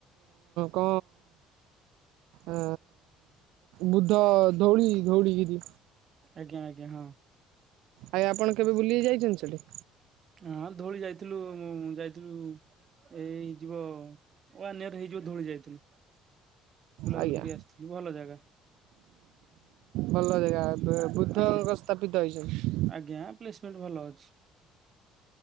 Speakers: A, on the right (about 85°); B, on the right (about 40°).
A: କ ଆଁ ବୁଦ୍ଧ ଧଉଳି ଧଉଳିିଗିରି
B: ଆଜ୍ଞା ଆଜ୍ଞା ହଁ।
A: ଆଜ୍ଞା ଆପଣ କେବେ ବୁଲି ଯାଇଛନ୍ତି ସେଠି?
B: ହଁ ଧଉଳି ଯାଇଥିଲୁ ମୁଁ ଯାଇଥିଲୁ। ଏ ଏ ହେଇଯିବ ୱାନ ଇୟର ହେଇଯିବ ଧଉଳି ଯାଇଥିଲୁ। ବୁଲାବୁଲି
A: ଆଜ୍ଞା
B: କରି ଆସିଥିଲୁ ଭଲ ଜାଗା।
A: ଭଲ ଜାଗା ବୁଦ୍ଧଙ୍କ
B: ଆଜ୍ଞା
A: ସ୍ଥାପିତ ହେଇଛନ୍ତି।
B: ଆଜ୍ଞା ପ୍ଲେସମେଣ୍ଟ ଭଲ ଅଛି।